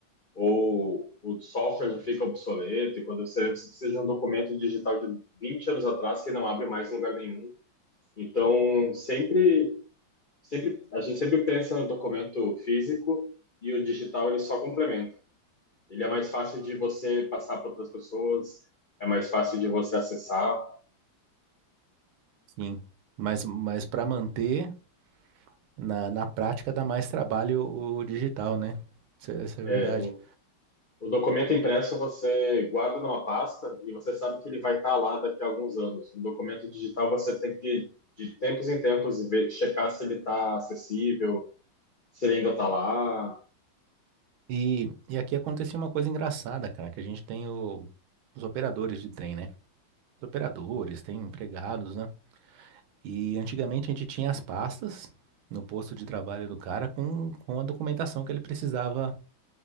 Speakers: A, on the left (about 70°); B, on the right (about 85°).
A: ou o software já fica obsoleto, e quando você, você precisa de um documento digital de 20 anos atrás que não abre mais em lugar nenhum. Então, sempre, sempre a gente sempre pensa no documento físico e o digital ele só complementa. Ele é mais fácil de você passar para outras pessoas, é mais fácil de você acessar.
B: Sim. Mas, mas para manter, na, na prática dá mais trabalho o digital, né? Isso, é isso é verdade.
A: É, o O documento impresso você guarda numa pasta e você sabe que ele vai estar lá daqui a alguns anos. O documento digital você tem que, de tempos em tempos, ver, checar se ele está acessível, se ele ainda está lá.
B: E, e aqui aconteceu uma coisa engraçada, cara, que a gente tem o- os operadores de trem, né? Os operadores, tem empregados, né? E antigamente a gente tinha as pastas no posto de trabalho do cara com, com a documentação que ele precisava